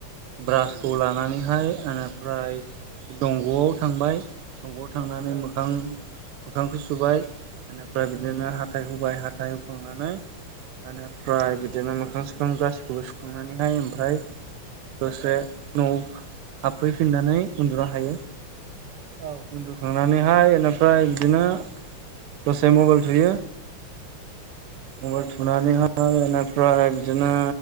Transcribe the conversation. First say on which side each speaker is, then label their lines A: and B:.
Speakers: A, on the right; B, on the right.
A: ब्रासखौ लानानैहाय इनिफ्राय दंग'आव थांबाय दंग' थांनानै
B: औ
A: मोखां मोखांखौ सुबाय बेनिफ्राय बिदिनो
B: उम
A: हाथाय हुबाय हा- हाथाय हुखांनानै इनिफ्राय बिदिनो मोखां-सोखां गासैखौबो सुखांनानैहाय ओमफ्राय दसे न'आव हाबफैफिननानै उन्दुना थायो।
B: औ
A: उन्दुखांनानैहाय एनिफ्राय बिदिनो दसे मबाइल थुयो मबाइल
B: औ
A: थुनानैहा एनिफ्राय बिदिनो